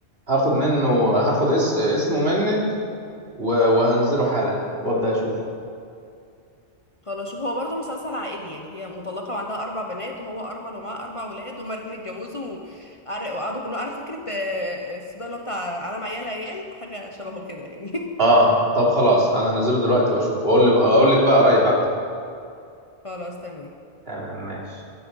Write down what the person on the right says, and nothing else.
هاخد منه هاخد اس... اسمه
منك و... وهنزله حالا وابدا اشوفه
اه طب خلاص انا هنزله دلوقتي واشوفه اقول لك اقول لك بقى رايي بعدين
تمام ماشي